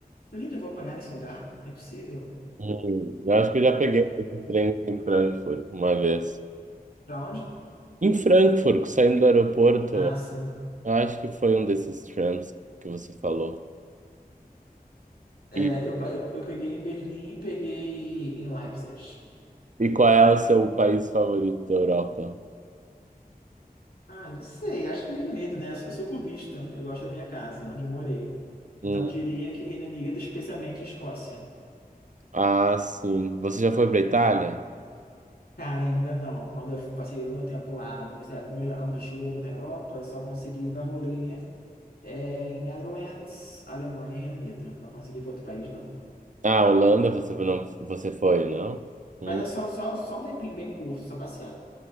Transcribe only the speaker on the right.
Hum, Eu acho que eu já peguei
esse trem em Frankfurt uma vez.
Em Frankfurt, saindo do aeroporto,
eu acho que foi um desses trams que você falou.
E,
e qual é o seu país favorito da Europa?
Hum,
ah, sim. Você já foi para Itália?
Ah, Holanda você não, você foi, não? Hum.